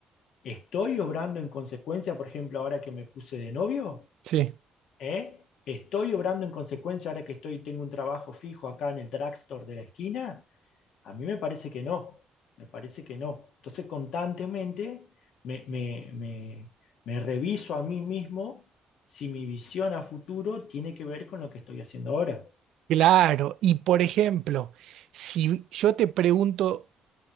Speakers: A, on the left (about 80°); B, on the right (about 75°).
A: ¿estoy obrando en consecuencia, por ejemplo, ahora que me puse de novio?
B: Sí.
A: ¿Eh? ¿Estoy obrando en consecuencia ahora que estoy, tengo un trabajo fijo acá en el drugstore de la esquina? A mí me parece que no, me parece que no. Entonces constantemente me, me- me- me reviso a mí mismo si mi visión a futuro tiene que ver con lo que estoy haciendo ahora.
B: Claro. Y por ejemplo, si yo te pregunto,